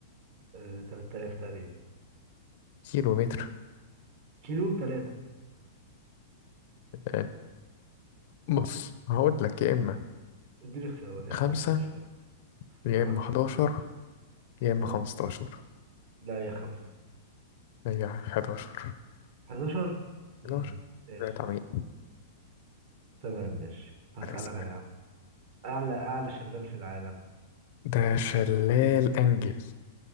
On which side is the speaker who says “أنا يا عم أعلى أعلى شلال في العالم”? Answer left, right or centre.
Right